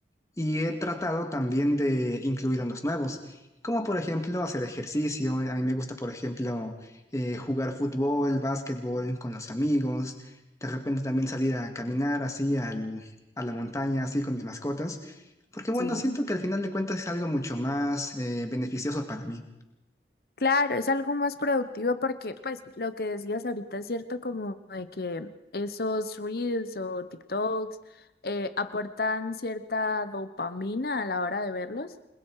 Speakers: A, on the left (about 15°); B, on the left (about 55°).
A: y he tratado también de incluir unos nuevos, como por ejemplo hacer ejercicio. A mí me gusta, por ejemplo, eh, jugar fútbol, básquetbol con los amigos. De repente también salir a caminar así al- a la montaña, así con mis mascotas. Porque bueno,
B: Sí,
A: siento que al final de cuentas es algo mucho más eh, beneficioso para mí.
B: claro, es algo más productivo porque, pues, lo que decías ahorita es cierto, como de que esos reels o TikToks eh, aportan cierta dopamina a la hora de verlos,